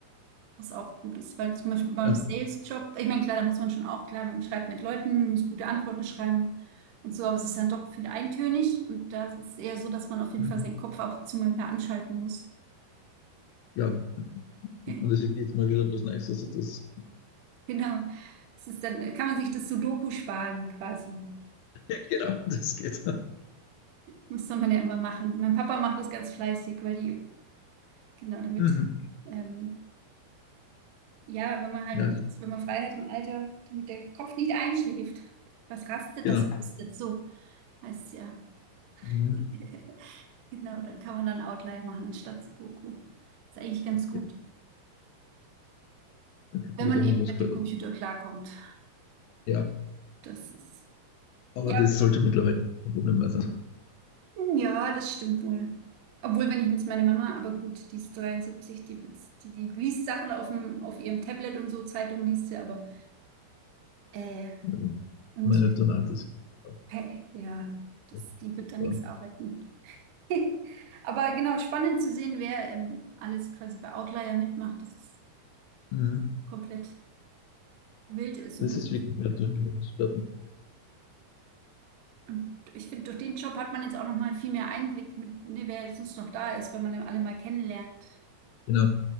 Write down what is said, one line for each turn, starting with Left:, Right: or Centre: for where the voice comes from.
Right: was auch gut ist, weil zum Beispiel beim
Left: Ja.
Right: Sales-Job, ich meine, klar, da muss man schon auch, klar, man schreibt mit Leuten, muss gute Antworten schreiben und so, aber es ist dann doch viel eintönig und da ist es eher so, dass man auf jeden
Left: Mhm.
Right: Fall seinen Kopf ab und zu mal wieder anschalten muss.
Left: Ja.
Right: <laughs>
Left: Und das ist jetzt mal wieder was Neues. Also das,
Right: Genau. Es ist dann, kann man sich das Sudoku sparen quasi.
Left: <laughs> genau, das geht.
Right: Das soll man ja immer machen. Mein Papa macht das ganz fleißig, weil die Genau, damit,
Left: Mhm.
Right: ähm, ja, wenn man halt
Left: Ja,
Right: dann, wenn man frei hat im Alter, damit der Kopf nicht einschläft. Was rastet,
Left: genau.
Right: das rastet so, heißt es ja.
Left: Mhm.
Right: <laughs> Genau, da kann man dann Outlier machen anstatt Sudoku. Ist eigentlich ganz
Left: Ja,
Right: gut,
Left: dann kriegt
Right: wenn
Left: man sogar
Right: man eben
Left: noch was
Right: mit
Left: gehört.
Right: dem Computer klarkommt.
Left: Ja,
Right: Das ist,
Left: aber
Right: ja,
Left: das sollte mittlerweile kein Problem mehr sein.
Right: ja, das stimmt wohl. Obwohl, wenn ich jetzt meine Mama, aber gut, die ist 73, die, wird's- die, die liest Sachen auf dem, auf ihrem Tablet und so, Zeitungen liest sie, aber, äh,
Left: Äh,
Right: und
Left: Meine Donate ist ja,
Right: Hey, ja, das,
Left: das
Right: die wird
Left: ist
Right: da nichts
Left: da.
Right: arbeiten. <laughs> Aber genau, spannend zu sehen, wer ähm, alles quasi bei Outlier mitmacht, dass es
Left: Mhm.
Right: komplett wild ist.
Left: Das
Right: Und, das,
Left: ist wirklich wert, durch mich zu platten.
Right: und ich finde, durch den Job hat man jetzt auch noch mal viel mehr Einblick mit, ne, wer sonst noch da ist, wenn man alle mal kennenlernt. <laughs>
Left: Genau.